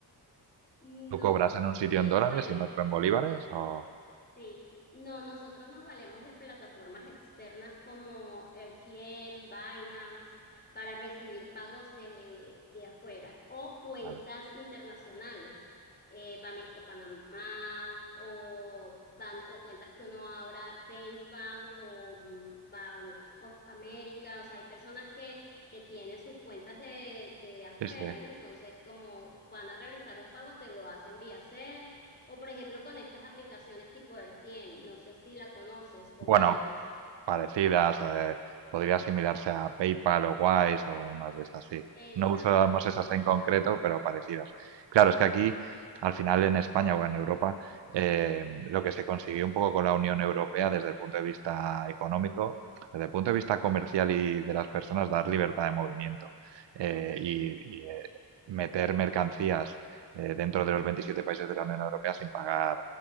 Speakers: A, on the left; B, on the right.
A: no.
B: ¿Tú cobras en un sitio
A: eh,
B: en dólares
A: bueno,
B: y en otro en bolívares? O...
A: Sí, no, nosotros nos valemos de plataformas externas como RTM, Binance, para recibir pagos de, de afuera o cuentas
B: Vale.
A: internacionales, eh, Banesco Panamá o, ban- o cuentas que uno abra, FaceBank o mm, Banks of America. O sea, hay personas que, que tienen sus cuentas de, de afuera
B: Sí, sí.
A: y entonces como van a realizar un pago, te lo hacen vía Zelle o por ejemplo con estas aplicaciones tipo R T m no sé si la conoces, o
B: Bueno,
A: Binance.
B: parecidas, eh, podría asimilarse a PayPal o Wise o unas de estas, sí.
A: Exactamente,
B: No usamos esas en concreto, pero parecidas. Claro, es que aquí, al final en España o en Europa, eh, lo que se consiguió un poco con la Unión Europea desde el punto de vista económico, desde el punto de vista comercial y de las personas, dar libertad de movimiento eh, y, y, eh, meter mercancías eh, dentro de los 27 países de la Unión Europea sin pagar,